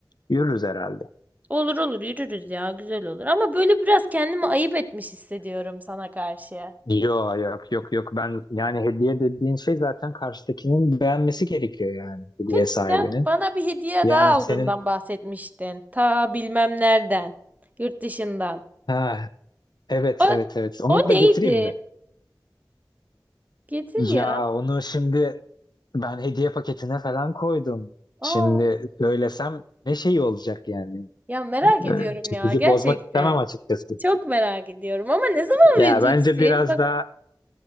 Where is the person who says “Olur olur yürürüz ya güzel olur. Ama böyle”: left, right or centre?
Right